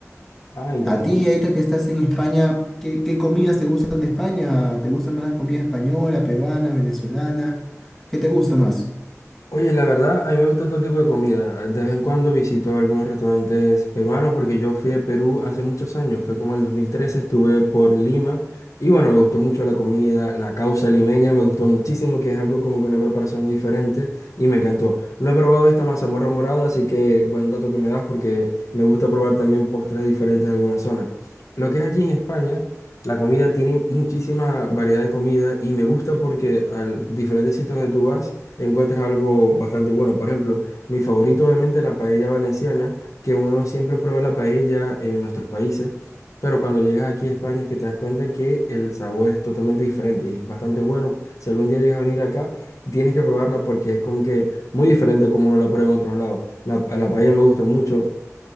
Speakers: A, on the left; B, in the centre.
A: Ah, interesante.
B: A ti, ahorita que estás en España, ¿qué, qué comidas te gustan de España? ¿Te gustan más la comida española, peruana, venezolana? ¿Qué te gusta más?
A: Oye, la verdad, a mí me gusta todo tipo de comida. De vez en cuando visito algunos restaurantes peruanos porque yo fui a Perú hace muchos años, fue como en el 2013. estuve por Lima y bueno, me gustó mucho la comida, la causa limeña me gustó muchísimo, que es algo como que una preparación muy diferente y me encantó. No he probado esta mazamorra morada, así que buen dato que me das porque me gusta probar también postres diferentes de alguna zona. Lo que es aquí en España. La comida tiene muchísima variedad de comida y me gusta porque al diferentes sitios donde tú vas, encuentras algo bastante bueno. Por ejemplo, mi favorito obviamente es la paella valenciana, que uno siempre prueba la paella en nuestros países, pero cuando llegas aquí a España es que te das cuenta que el sabor es totalmente diferente y es bastante bueno. Si algún día llegas a venir acá, tienes que probarla porque es como que muy diferente a como uno la prueba en otros lados. La, a la paella me gusta mucho.